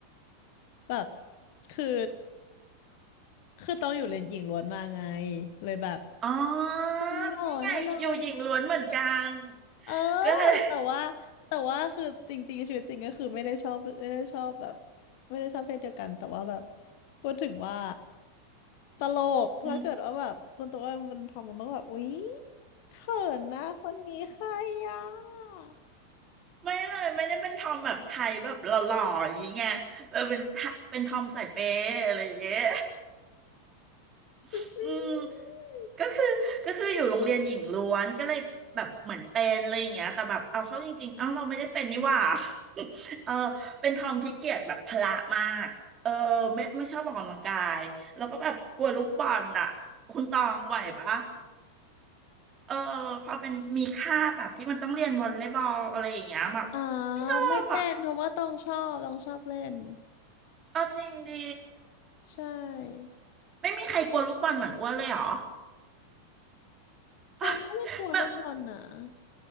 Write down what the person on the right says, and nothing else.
อ๋อ
นี่ไงอยู่หญิงล้วนเหมือนกัน
ก็เลย
<laughs> อืม
ไม่เลยไม่ได้เป็นทอมแบบไทยแบบหล่อๆอย่างเงี้ยแบบเป็นทะเป็นทอมสายเปย์อะไรอย่างเงี้ย
<laughs> อืม
ก็คือก็คืออยู่โรงเรียนหญิงล้วนก็เลยแบบเหมือนเป็นอะไรอย่างเงี้ยแต่แบบเอาเข้าจริงๆเอ้าเราไม่ได้เป็นนี่หว่า <laughs> เออเป็นทอมที่เกียจแบบพละมากเออไม่ไม่ชอบออกกำลังกายแล้วก็แบบกลัวลูกบอลอ่ะคุณตองไหวปะ เออพอเป็นมีค่าแบบที่มันต้องเรียนวอลเลย์บอลอะไรอย่างเงี้ยแบบไม่ชอบอ่ะ
เอาจริงดี
ไม่มีใครกลัวลูกบอลเหมือนอ้วนเลยเหรอ <laughs>
แบบ